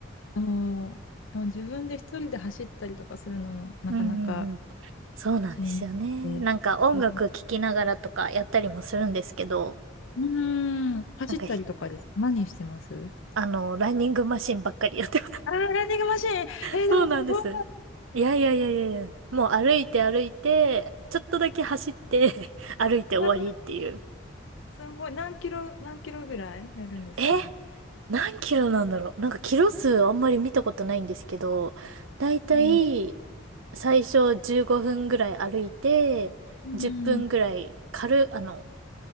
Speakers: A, on the left; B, on the right.
A: そう。でも自分で一人で走ったりとかするのもなかなか
B: うんうんうん。そうなんですよね。
A: しんどいそう。
B: なんか音楽聴きながらとかやったりもするんですけど、
A: うーん。走ったりとかです。
B: なんか、
A: 何してます
B: あの、ランニングマシンばっかりやって
A: あー、ランニングマシーン。えー、
B: そうなんです。
A: でもすごい。
B: いやいやいやいやいや。もう歩いて歩いて、ちょっとだけ走って <laughs> 歩いて終わりっていう。
A: うわーすごい。何キロ、何キロぐらいやるんですかう
B: え何キロなんだろうなんかキロ数あんまり見たことないんですけど、だいたい
A: ん。
B: 最初15分ぐらい歩いて、
A: う
B: 10分ぐらい軽、
A: ん。
B: あの、